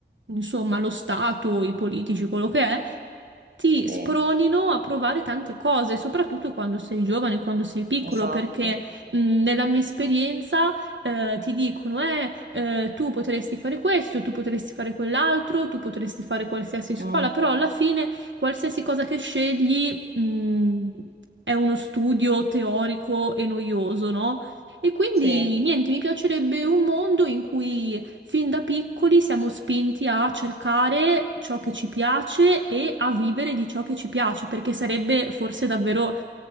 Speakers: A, on the right; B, on the right.
A: insomma, lo Stato, i politici, quello che è, ti
B: Sì,
A: spronino a provare tante cose, soprattutto quando sei giovane, quando sei piccolo,
B: esatto.
A: perché, mh, nella mia esperienza, eh, ti dicono, eh, eh, tu potresti fare questo, tu potresti fare quell'altro, tu potresti fare qualsiasi scuola,
B: Mm,
A: però alla fine qualsiasi cosa che scegli mm, è uno studio teorico e noioso, no? E quindi
B: Sì.
A: niente, mi piacerebbe un mondo in cui fin da piccoli siamo spinti a cercare ciò che ci piace e a vivere di ciò che ci piace, perché sarebbe forse davvero